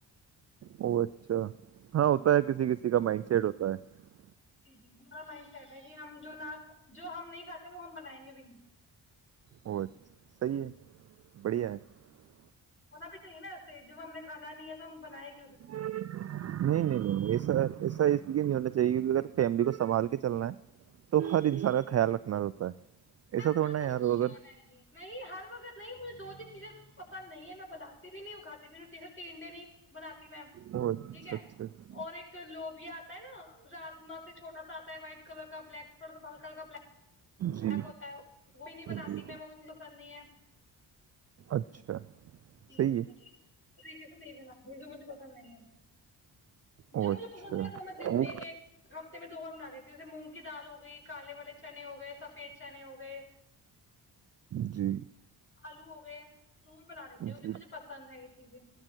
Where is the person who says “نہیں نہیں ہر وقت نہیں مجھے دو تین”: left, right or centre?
Left